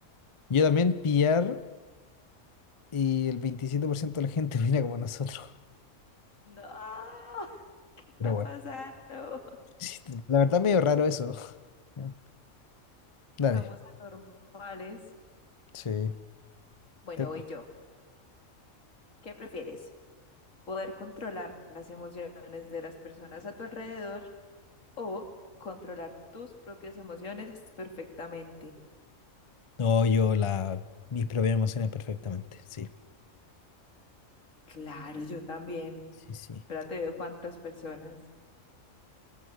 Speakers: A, on the left; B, on the left.
A: Yo también pillar y el 27% de la gente <laughs> opina como nosotros.
B: no, <laughs> ¿qué está
A: Pero bueno,
B: pasando? <laughs>
A: sí, la verdad medio raro eso. <laughs> Ya, Dale,
B: Estamos anormales.
A: sí.
B: Bueno,
A: Te-
B: voy yo. ¿Qué prefieres? ¿Poder controlar las emociones de las personas a tu alrededor? o controlar tus propias emociones perfectamente.
A: No, yo la, mis propias emociones perfectamente. Sí,
B: Claro, yo también.
A: sí, sí.
B: Espérate, veo cuántas personas.